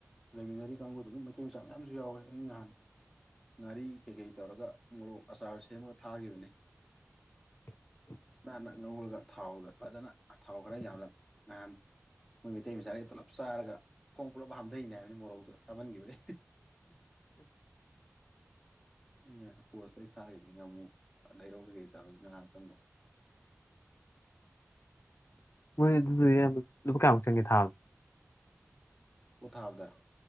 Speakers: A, in the centre; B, on the left.
A: ꯂꯩꯃꯤꯟꯅꯔꯤ ꯀꯥꯡꯕꯨꯗ ꯑꯗꯨꯝ ꯃꯩꯇꯩ ꯃꯆꯥ ꯃꯌꯥꯝꯁꯨ ꯌꯥꯎꯔꯦ ꯑꯩ ꯅꯍꯥꯟ ꯉꯥꯔꯤ ꯀꯩꯀꯩ ꯇꯧꯔꯒ ꯃꯣꯔꯣꯛ ꯑꯆꯥꯔ ꯁꯦꯝꯃꯒ ꯊꯥꯈꯤꯕꯅꯤ ꯅꯥꯟꯅ ꯉꯧꯔꯒ ꯊꯥꯎꯗ ꯐꯖꯅ ꯊꯥꯎ ꯈꯔ ꯌꯥꯝꯅ ꯅꯍꯥꯟ ꯃꯣꯏ ꯃꯩꯇꯩ ꯃꯆꯥꯈ ꯄꯨꯂꯞ ꯆꯥꯔꯒ ꯈꯣꯡ ꯄꯨꯂꯞ ꯍꯥꯝꯊꯩꯅꯦ ꯍꯥꯏꯕꯅꯤ ꯃꯣꯔꯧꯗ ꯆꯃꯅꯒꯤꯈꯤꯕꯕꯥꯏ ꯉꯥꯏ ꯄꯣꯁ ꯂꯩ ꯊꯥꯈꯤꯕꯅꯤ ꯉꯥ ꯑꯃꯨꯛ ꯂꯩꯔꯧꯈꯤꯒꯦ ꯇꯧꯔꯒ ꯉꯥꯏꯍꯥꯛ ꯑꯀꯪꯕ <unintelligible> <inaudible>
B: ꯃꯣꯏ ꯑꯗꯨꯗꯤ ꯂꯨꯄꯥ ꯀꯌꯥꯃꯨꯛ ꯆꯪꯒꯦ ꯊꯥꯕꯅꯤꯣ
A: ꯄꯣꯠꯊꯥꯥꯕꯗꯔ